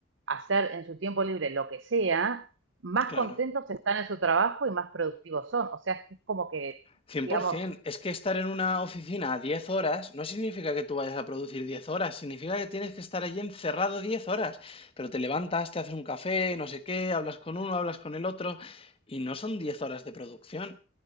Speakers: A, on the right (about 70°); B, on the left (about 30°).
A: hacer en su tiempo libre lo que sea, más
B: claro.
A: contentos están en su trabajo y más productivos son. O sea, es como que,
B: 100%.
A: digamos...
B: Es que estar en una oficina 10 horas no significa que tú vayas a producir 10 horas, significa que tienes que estar allí encerrado 10 horas. Pero te levantas, te haces un café, no sé qué, hablas con uno, hablas con el otro, y no son 10 horas de producción.